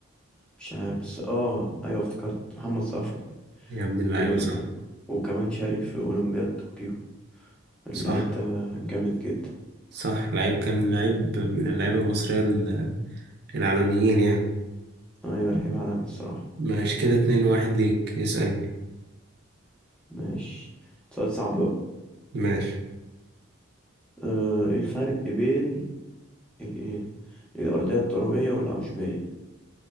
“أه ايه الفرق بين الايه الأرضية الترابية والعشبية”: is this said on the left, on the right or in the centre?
Centre